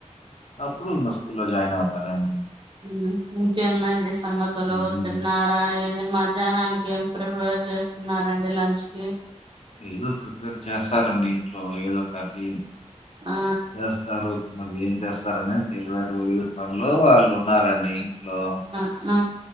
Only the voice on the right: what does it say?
హ్మ్మ్ ఇంకేంటండి సంగతులు
తిన్నారా ఏంది మధ్యాహ్నానికి ఏమి ప్రిపేర్ చేస్తున్నారండి లంచ్ కి
ఆ
ఆ ఆ